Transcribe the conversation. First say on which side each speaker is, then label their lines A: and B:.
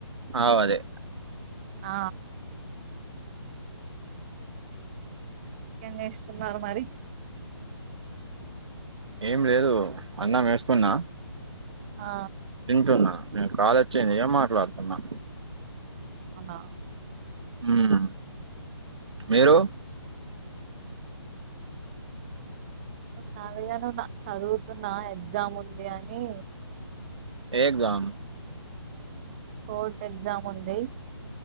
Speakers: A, on the right (about 80°); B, on the right (about 25°).
A: అవు అదే
B: ఆ ఇంకేం చేస్తున్నారు మరి
A: ఏం లేదు అన్న వేసుకున్నా
B: ఆ
A: తింటున్నా కాల్ అచ్చింది ఇగ మాట్లాడతున్నా
B: అవునా
A: మ్ మీరు
B: ఖాళీగానే ఉన్న చదువుతున్నా ఎగ్జామ్ ఉంది అని
A: ఏ ఎగ్జామ్
B: కోర్ట్ ఎగ్జామ్ ఉంది